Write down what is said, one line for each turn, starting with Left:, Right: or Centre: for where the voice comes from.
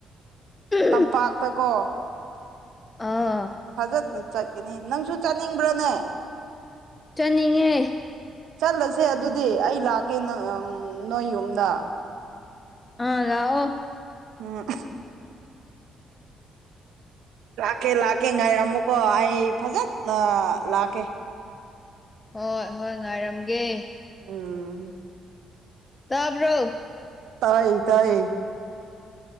Left: ꯎꯝ
Right: ꯇꯝꯄꯥꯛꯇ ꯀꯣ
Left: ꯑꯥ
Right: ꯐꯖ ꯆꯠꯀꯅꯤ ꯅꯪꯁꯨ ꯆꯠꯅꯤꯡꯕ꯭ꯔꯅꯦ
Left: ꯆꯠꯅꯤꯡꯉꯦ
Right: ꯆꯠꯂꯁꯦ ꯑꯗꯨꯗꯤ ꯑꯩ ꯂꯥꯛꯀꯦ ꯅꯣꯏ ꯌꯨꯝꯅ
Left: ꯑꯥ ꯂꯥꯛꯑꯣ
Right: ꯎꯝ ꯂꯥꯛꯀꯦ ꯂꯥꯛꯀꯦ ꯉꯥꯏꯔꯝꯃꯨꯀꯣ ꯑꯩ ꯐꯖꯅ ꯂꯥꯛꯀꯦ
Left: ꯍꯣꯏ ꯍꯣꯏ ꯉꯥꯏꯔꯝꯒꯦ
Right: ꯑꯥ
Left: ꯇꯥꯕ꯭ꯔꯣ
Right: ꯇꯥꯏ ꯇꯥꯏ